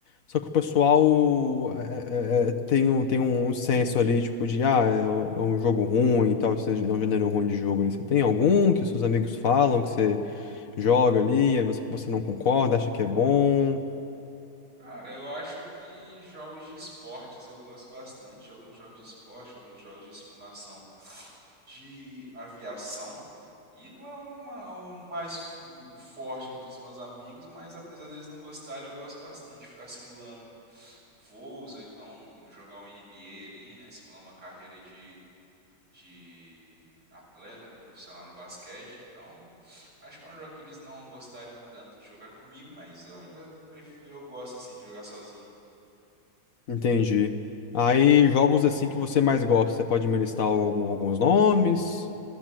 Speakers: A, on the left; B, on the right.
A: Só que o pessoal é, é, é, tem um, tem um senso ali, tipo, de, ah, é um é um jogo ruim e tal, ou seja, é um gênero ruim de jogo ali. Você tem algum que os seus amigos falam, que você joga ali, mas que você não concorda, acha que é bom?
B: Cara, eu acho que jogos de esportes, eu gosto bastante de alguns jogos de esporte, alguns jogos de simulação de aviação. E não é uma- o mais f- o forte entre os meus amigos, mas apesar deles não gostarem, eu gosto bastante de ficar simulando voos, ou então jogar um NBA ali, né? Simular uma carreira de, de atleta, né? Profissional no basquete. Então, acho que é um jogo que eles não gostariam tanto de jogar comigo, mas eu ainda prefiro, eu gosto assim de jogar sozinho.
A: Entendi. Aí, jogos assim que você mais gosta, você pode me listar algum- alguns nomes?